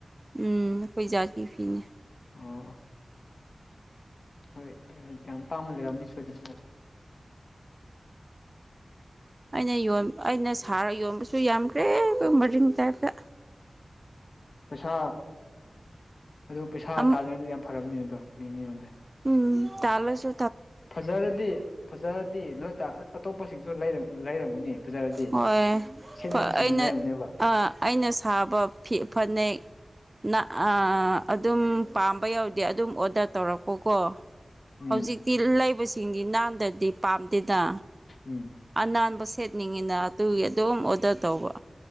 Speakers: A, on the right; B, on the left.
A: ꯎꯝ ꯀꯣꯏ ꯌꯥꯒꯤ ꯐꯤꯅꯦ
B: ꯑꯣ ꯍꯣꯏ ꯌꯥꯝ ꯌꯥꯝ ꯇꯥꯃ ꯂꯩꯔꯅꯤ ꯁꯗ
A: ꯑꯩꯅ ꯌꯣꯟ ꯑꯩꯅ ꯁꯥꯔ ꯌꯣꯟꯕꯁꯨ ꯌꯥꯝꯈ꯭ꯔꯦ ꯑꯩ ꯃꯔꯤꯡ ꯇꯥꯏꯞꯇ
B: ꯄꯩꯁꯥ ꯑꯗꯨ ꯄꯩꯁꯥ
A: ꯑꯃ
B: ꯇꯥꯔꯤꯉꯗ ꯌꯥꯝ ꯐꯔꯕꯅꯤꯅ ꯑꯗꯣ ꯃꯤ ꯃꯤꯉꯣꯟꯗ
A: ꯎꯝ ꯇꯂꯁꯨ
B: ꯐꯖꯔꯗꯤ ꯐꯖꯔꯗꯤ ꯅꯣꯏ ꯑꯇꯣꯞꯄꯁꯤꯡꯁꯨ ꯂꯩꯔꯝꯒꯅꯤ ꯐꯖꯔꯗꯤ
A: ꯍ
B: ꯁꯦꯠꯅꯤꯡꯕꯁꯤꯡꯅ
A: ꯑꯩꯅ
B: ꯂꯩꯔꯝꯒꯅꯦꯕ
A: ꯑꯩꯅ ꯁꯥꯕ ꯐꯅꯦꯛ ꯅ ꯑꯗꯨꯝ ꯄꯥꯝꯕ ꯌꯥꯎꯗꯦ ꯑꯗꯨꯝ ꯑꯣꯗꯔ ꯇꯧꯔꯛꯄꯀꯣ
B: ꯎꯝ
A: ꯍꯧꯖꯤꯛꯇꯤ ꯂꯩꯕꯁꯤꯡꯗꯤ ꯅꯥꯟꯗ꯭ꯔꯗꯤ ꯄꯥꯝꯗꯦꯗ
B: ꯎꯝ
A: ꯑꯅꯥꯟꯕ ꯁꯦꯠꯅꯤꯡꯉꯤꯅ ꯑꯗꯨꯒꯤ ꯑꯗꯨꯝ ꯑꯣꯗꯔ ꯇꯧꯕ